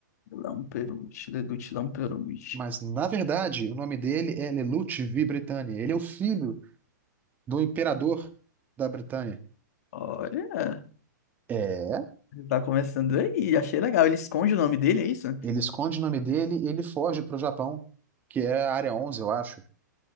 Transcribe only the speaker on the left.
Castelão Peruche, Leduc Lamperuche.
Olha,
tá começando aí, achei legal. Ele esconde o nome dele, é isso?